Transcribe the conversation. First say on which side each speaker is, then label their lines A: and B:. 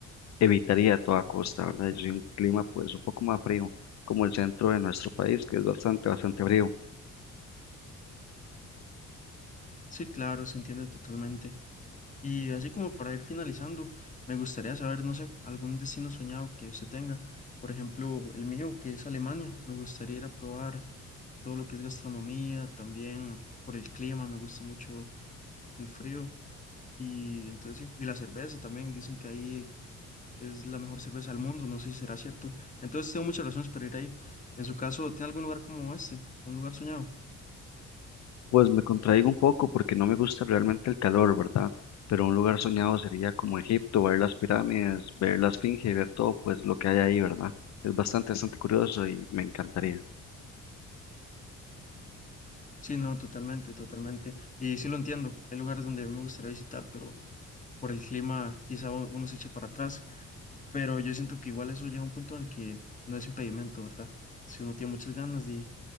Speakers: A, on the left; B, on the left.
A: evitaría a toda costa, ¿verdad? Yo soy un clima pues un poco más frío, como el centro de nuestro país, que es bastante, bastante frío.
B: Sí, claro, se entiende totalmente. Y así como para ir finalizando, me gustaría saber, no sé, algún destino soñado que usted tenga. Por ejemplo, el mío, que es Alemania. Me gustaría ir a probar todo lo que es gastronomía, también por el clima, me gusta mucho el frío. Y entonces sí, y la cerveza también, dicen que ahí es la mejor cerveza del mundo, no sé si será cierto. Entonces tengo muchas razones para ir ahí. En su caso, ¿tiene algún lugar como este? ¿Un lugar soñado?
A: Pues me contraigo un poco porque no me gusta realmente el calor, ¿verdad? Pero un lugar soñado sería como Egipto, ver las pirámides, ver la Esfinge ver todo pues lo que hay ahí, ¿verdad? Es bastante, bastante curioso y me encantaría.
B: Sí, no, totalmente, totalmente. Y sí lo entiendo, hay lugares donde me gustaría visitar, pero... por el clima quizá u- uno se eche para atrás, pero yo siento que igual eso llega a un punto en el que no es impedimento, ¿verdad? Si uno tiene muchas ganas y